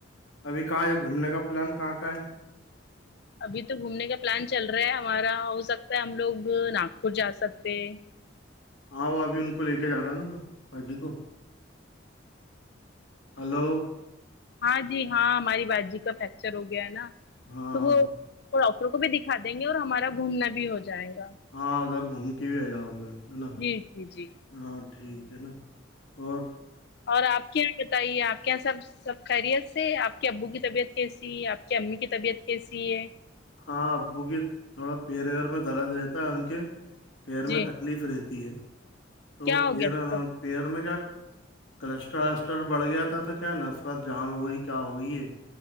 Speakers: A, on the left; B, on the left.
A: ابھی کہاں ہے گھومنے کا پلان کہاں کاں ہے
B: ابھی تو گھومنے کا پلان چل رہا ہے ہمارا ہو سکتا ہے ہم لوگ ناگپور جا سکتے ہیں
A: ہاں وہ ابھی ان کو لے کے جا رہا ہے نا تو باجی کو ہلو
B: ہاں جی ہاں ہماری باجی کا فریکچر ہو گیا ہے نا
A: ہاں
B: تو وہ تو ڈاکٹر کو بھی دکھا دیں گے اور ہمارا گھومنا بھی ہو جائے گا
A: ہاں ادھر گھوم کے بھی آ جاؤ گے ہے نا
B: جی جی جی
A: ہاں ٹھیک ہے نا اور
B: اور آپ کیا بتائیے آپ کیا یہ سب سب خیریت سے آپ کے ابو کی طبیعت کیسی ہے آپ کی امی کی طبیعت کیسی ہے
A: ہاں ابو کی تھوڑا پییر ویر میں درد رہتا ہے ان کے پیر
B: جی
A: میں تک تکلیف رہتی ہے تو
B: کیا
A: وہ
B: ہو
A: پیر
B: گیا تھا؟
A: پیر میں کیا کلسٹرول وسٹرول بڑھ گیا تھا تو کیا نس وس جام ہو گئی کیا ہوئی یہ